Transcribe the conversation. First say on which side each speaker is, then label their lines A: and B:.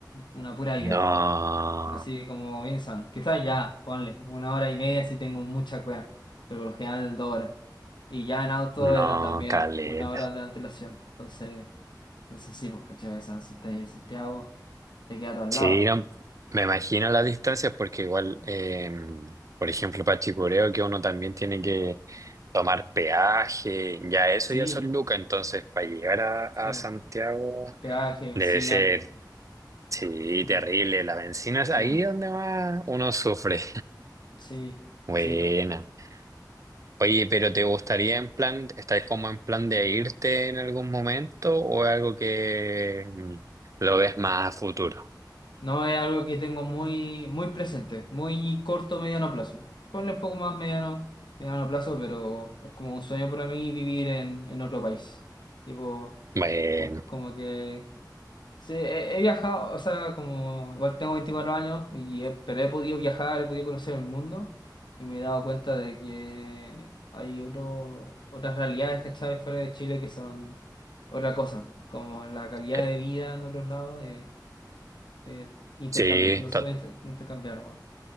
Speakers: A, on the left; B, on the right.
A: una pura
B: No,
A: ida, así como bien sano. Quizás ya, ponle, una hora y media si tengo mucha cueva, pero por lo general dos horas. Y ya en auto
B: no,
A: era también
B: caleta.
A: una hora de antelación. Entonces, entonces sí, pues, ¿cachai? O sea, si estás en Santiago, te queda todo al
B: Sí,
A: lado.
B: no, me imagino las distancias porque igual, eh, por ejemplo, para Chicureo que uno también tiene que tomar peaje, ya eso
A: Sí,
B: ya son lucas, entonces para llegar a, a
A: sí, pues.
B: Santiago
A: Peaje, benzina.
B: debe ser, sí,
A: mm,
B: terrible, la bencina es
A: sí,
B: ahí donde más uno sufre.
A: sí,
B: <laughs> Buena.
A: sí.
B: Oye, pero ¿te gustaría en plan, estáis como en plan de irte en algún momento o es algo que mm, lo ves más a futuro?
A: No es algo que tengo muy, muy presente, muy corto, mediano plazo. Ponle un poco más mediano, mediano plazo, pero es como un sueño para mí vivir en, en otro país. Tipo,
B: Bueno.
A: co- como que Sí, he, he viajado, o sea, como igual tengo 24 años, y he- pero he podido viajar, he podido conocer el mundo y me he dado cuenta de que hay otro, otras realidades, ¿cachai? Fuera de Chile que son otra cosa, como la calidad
B: eh,
A: de vida en otros lados, eh, eh, intercambia-
B: Sí,
A: no se puede inter- intercambiar, bueno.